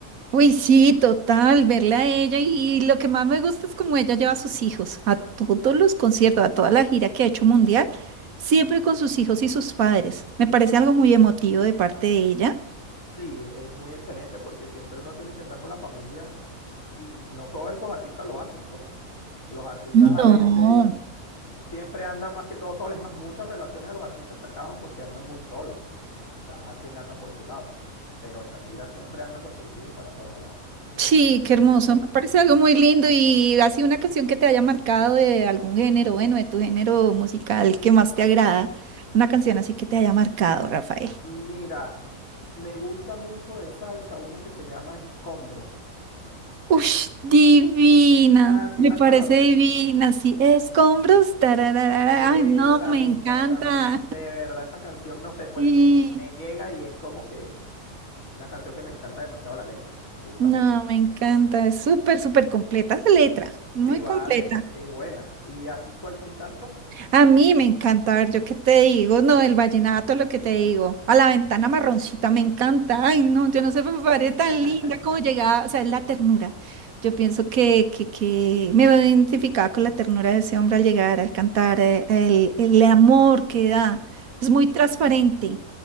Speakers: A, on the right; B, on the left.
A: Uy, sí, total, verla a ella y lo que más me gusta es como ella lleva a sus hijos a todos los conciertos, a toda la gira que ha hecho mundial, siempre con sus hijos y sus padres. Me parece algo muy emotivo de parte de ella.
B: Sí, es muy excelente porque siempre uno tiene que andar con la familia y no todos esos artistas lo hacen, pues los artistas
A: Mm.
B: a
A: No.
B: veces siempre andan más que todo solos, es más, muchas relaciones de los artistas se acaban porque andan muy solos, cada quien anda por su lado, pero Shakira siempre anda con sus hijos para todos lados,
A: Sí,
B: es
A: qué
B: muy
A: hermoso,
B: excelente.
A: me parece algo muy lindo y así una canción que te haya marcado de algún género, bueno, de tu género musical que más te agrada, una canción así que te haya marcado, Rafael.
B: Mira, me gusta mucho de salsa una que se llama Escombros.
A: Ush, divina,
B: Ah, sí,
A: me
B: la
A: parece
B: conoce.
A: divina, sí, escombros, tarararara,
B: Esa
A: ay, no, me
B: misma,
A: encanta,
B: esa misma. De verdad, esa canción, no sé, pues
A: <laughs> sí,
B: me, me llega y es como que una canción que me encanta demasiado la letra. Me gusta
A: no,
B: mucho.
A: me encanta, es súper, súper completa la letra, muy
B: Sí, vale,
A: completa.
B: es buena. ¿Y a ti cuál te encanta?
A: A mí me encanta, a ver, yo qué te digo, no, el vallenato, lo que te digo, a la ventana marroncita me encanta, ay, no,
B: Ah,
A: yo no sé,
B: s-
A: me parece
B: <laughs>
A: tan linda como llegaba, o sea, es la ternura. Yo pienso que, que, que me veo identificada con la ternura de ese hombre al llegar, al cantar, eh, el, el amor que da, es muy transparente,